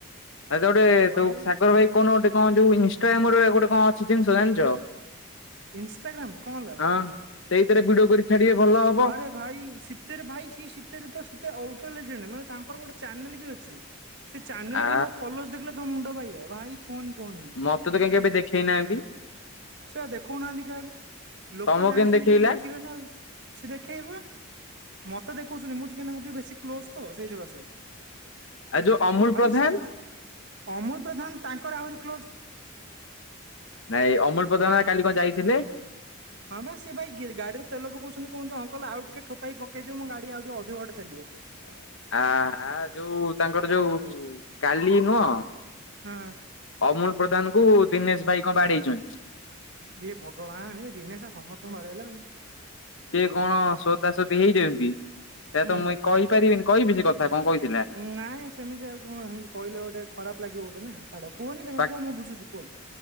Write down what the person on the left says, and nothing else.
ସାଗର
ଭାଇ କଣ ଗୋଟେ କଣ ଯୋଉ ଇନଷ୍ଟାଗ୍ରାମ୍ ରେ ଗୋଟେ କଣ ଅଛି ଜିନିଷ ଜାଣିଚ?
ହଁ। ସେଇଥିରେ ଭିଡ଼ିଓ କରି ଛାଡ଼ିବେ ଭଲ ହବ।
ଆ
ମତେ ତ କାଇଁ କେବେ ଦେଖେଇନାହାନ୍ତି।
ତମକୁ
ଦେଖେଇଲା?
ଆଉ ଯୋଉ ଅମୁଲ
ପ୍ରଧାନ
ନାଇଁ ଅମଲ୍ ପ୍ରଧାନ କାଲି କଣ ଯାଇଥିଲେ।
<inaudible> ଆ ଆ ଯୋଉ ତାଙ୍କର ଯୋଉ କାଲି ନୁହଁ?
ଅମୁଲ ପ୍ରଧାନଙ୍କୁ ଦିନେଶ ଭାଇ କଣ ବାଡ଼େଇଛନ୍ତି।
ସିଏ କଣ ସୋଦାସୋଦି ହେଇଛନ୍ତି ସେଟା
ତ ମୁଇଁ କହିପାରିବିନି କହିବି ସେ କଥା କଣ କହିଥିଲା?
ବା